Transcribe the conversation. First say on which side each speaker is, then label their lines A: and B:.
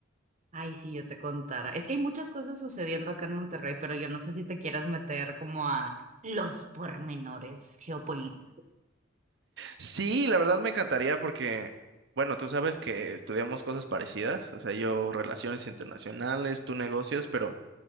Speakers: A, on the right; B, on the right.
A: Ay, sí, yo te contara. Es que hay muchas cosas sucediendo acá en Monterrey, pero yo no sé si te quieras meter como a los pormenores geopolíticos.
B: Sí, la verdad me encantaría porque, bueno, tú sabes que estudiamos cosas parecidas, o sea, yo relaciones internacionales, tú negocios, pero